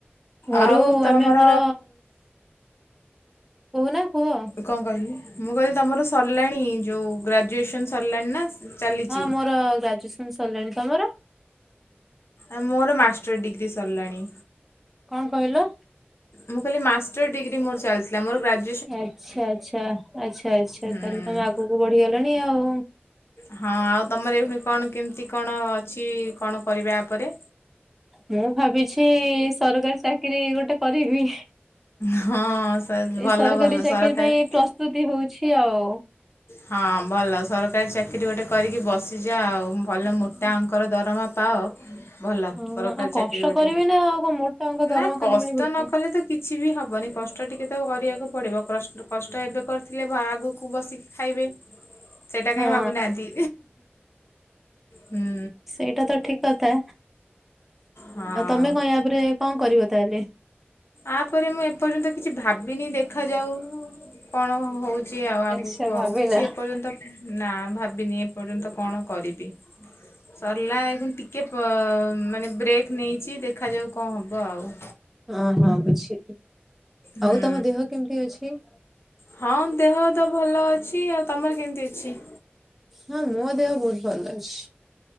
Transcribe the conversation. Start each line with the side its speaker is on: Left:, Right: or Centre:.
Centre: ଘରୁ
Left: ଆଉ ତମର
Centre: ଆମେ ଆମର କହୁନା କୁହ?
Left: କଣ କହିଲେ ମୁଁ କହିଲି ତମର ସରିଲାଣି ଯୋଉ ଗ୍ରାଜୁଏସନ୍ ସରିଲାଣି ନା? ଚାଲିଛି?
Centre: ହଁ ମୋର ଗ୍ରାଜୁଏସନ୍ ସରିଲାଣି ତମର?
Left: ଆଉ ମୋର ମାଷ୍ଟର୍ ଡିଗ୍ରୀ ସରିଲାଣି।
Centre: କଣ କହିଲ?
Left: ମୁଁ କହିଲି ମାଷ୍ଟେର୍ ଡିଗ୍ରୀ ମୋର ଚାଲିଥିଲା, ମୋର ଗ୍ରାଜ
Centre: ଆଚ୍ଛା ଆଚ୍ଛା ଆଚ୍ଛା ଆଚ୍ଛା,
Left: ହୁଁ।
Centre: ତାହେଲେ ତମେ ଆଗକୁ ବଢିଗଲଣି ଆଉ।
Left: ହଁ ଆଉ ତମର ଏ ପୁଣି କଣ କେମିତି କଣ ଅଛି, କଣ କରିବେ ଆ ପରେ?
Centre: ମୁଁ ଭାବିଛି ସରକାରୀ ଚାକିରି ଗୋଟେ କରିବି।
Left: ହଁ ସର୍
Centre: ଏଇ
Left: ଭଲ
Centre: ସରକାରୀ
Left: ଭଲ
Centre: ଚାକିରି
Left: ସରକାର
Centre: ପାଇଁ ପ୍ରସ୍ତୁତି ହଉଛି ଆଉ।
Left: ହଁ ଭଲ ସରକାରୀ ଚାକିରି ଗୋଟେ କରିକି ବସିଯା ଆଉ, ଭଲ ମୋଟା ଅଙ୍କର ଦରମା ପାଅ ଭଲ
Centre: ହଁ
Left: ସରକାରୀ
Centre: ଆଉ
Left: ଚାକିରି
Centre: କଷ୍ଟ
Left: ଗୋଟେ,
Centre: କରିବି ନା ଆଉ କଣ ମୋଟା ଅଙ୍କ ଦରମା
Left: ନା
Centre: ଖାଲି
Left: କଷ୍ଟ
Centre: ମିଳିବ
Left: ନ
Centre: କି?
Left: କଲେ ତ କିଛି ବି ହବନି କଷ୍ଟ ଟିକେ ତ କରିବାକୁ ପଡ଼ିବ, କଷ୍ଟ କଷ୍ଟ ଏବେ କରିଥିଲେ ଆଗକୁ ବସିକି ଖାଇବେ, ସେଇଟା
Centre: ହଁ
Left: କାଇଁ ଭାବୁନାହାନ୍ତି ହୁଁ।
Centre: ଏଇଟା ତ ଠିକ କଥା,
Left: ହଁ
Centre: ଆଉ ତମେ କଣ ୟାପରେ କଣ କରିବ ତାହେଲେ?
Left: ଆପରେ ମୁଁ ଏପର୍ଯ୍ୟନ୍ତ କିଛି ଭାବିନି, ଦେଖାଯାଉ କଣ ହଉଛି ଆଉ ଆଗକୁ
Centre: ଆଚ୍ଛା ଭାବିନା
Left: ଆଉ, କିଛି ଏପର୍ଯ୍ୟନ୍ତ ନା ଭାବିନି ଏପର୍ଯ୍ୟନ୍ତ କଣ କରିବି? ସରିଲା ଏ ଟିକେ ପ, ମାନେ ବ୍ରେକ୍ ନେଇଛି ଦେଖାଯାଉ କଣ ହବ ଆଉ?
Centre: ଅଁ- ହଁ ବୁଝିଲି,
Left: ହୁଁ
Centre: ଆଉ ତମ ଦେହ କେମିତି ଅଛି?
Left: ହଁ ଦେହ ତ ଭଲ ଅଛି। ଆଉ ତମର କେମିତି ଅଛି?
Centre: ହଁ ମୋ ଦେହ ବହୁତ ଭଲ ଅଛି,